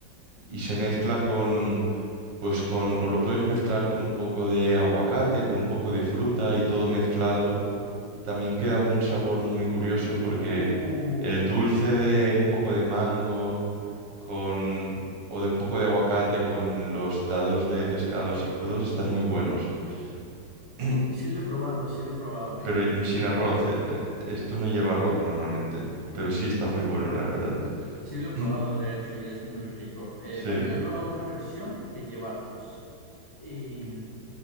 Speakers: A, on the right (about 80°); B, on the left (about 30°).
A: y se mezcla con, pues con, o lo puedes mezclar con un poco de aguacate, con un poco de fruta y todo mezclado. También queda un sabor muy curioso porque
B: Uh,
A: el dulce de un poco de mango con, o de un poco de aguacate con los dados de pescado así crudos están muy buenos. <clears throat>
B: sí lo he probado, sí lo he probado en,
A: Pero y-
B: en
A: sin
B: restaurante.
A: arroz, eh, eh, esto no lleva arroz normalmente, pero sí está muy bueno, la verdad.
B: Sí lo he
A: <clears throat>
B: probado, de hecho, y es muy rico. Eh,
A: Sí,
B: también he probado una versión que lleva arroz. Em,